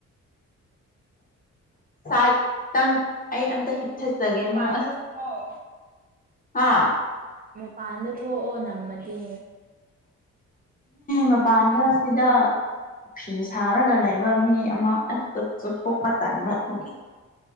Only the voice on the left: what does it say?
ꯁꯥꯏꯠꯇꯪ ꯑꯩ ꯑꯝꯇ ꯍꯤꯞꯊꯆꯒꯦ
ꯑꯃꯨꯛ ꯑꯁ
ꯑꯥ
ꯃꯄꯥꯟꯗ ꯁꯤꯗ ꯐꯤ ꯁꯥꯔꯒ ꯂꯩꯕ ꯃꯤ ꯑꯃ ꯊꯣꯄ ꯇꯅ ꯇꯒꯤ